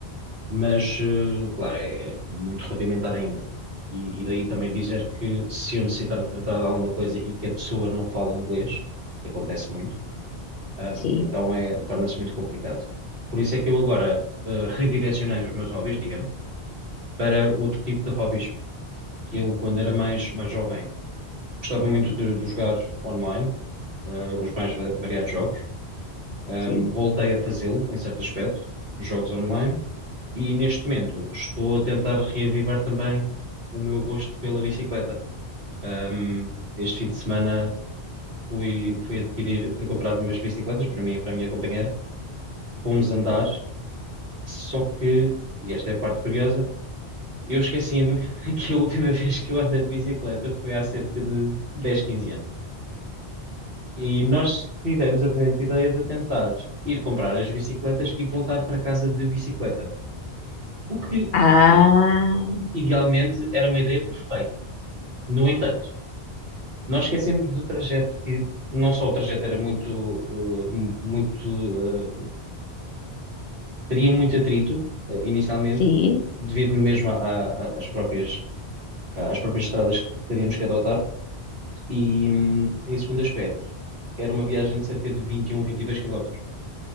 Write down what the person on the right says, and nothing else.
mas, eh, claro, é muito rudimentar ainda. E, e daí também dizer que se eu necessitar de tratar de alguma coisa e que a pessoa não fala inglês, que acontece muito, ah,
então é, torna-se muito complicado. Por isso é que eu agora, ah, redirecionei os meus hobbies, digamos, para outro tipo de hobbies. Eu, quando era mais, mais jovem, gostava muito de, de jogar online, ah, os mais va- variados jogos. Ah,
voltei a fazê-lo, em certo aspecto, jogos online. E neste momento estou a tentar reavivar também o meu gosto pela bicicleta. Ahm, este fim de semana fui, fui adquirir, fui comprar umas bicicletas para mim e para a minha companheira. Fomos andar, só que, e esta é a parte curiosa, eu esqueci-me <laughs> que a última vez que eu andei de bicicleta foi há cerca de 10, 15 anos. E nós tivemos a brilhante ideia de tentar ir comprar as bicicletas e voltar para casa de bicicleta. O que,
i- idealmente, era uma ideia perfeita. No entanto, Nós esquecemos do trajeto, que não só o trajeto era muito, uh, mu- muito, uh, teria muito atrito, uh, inicialmente,
devido mesmo a- a- às próprias, às próprias estradas que teríamos que adotar. E, hum, em segundo aspecto, era uma viagem de cerca de vinte vinte e um, vinte e dois quilómetros.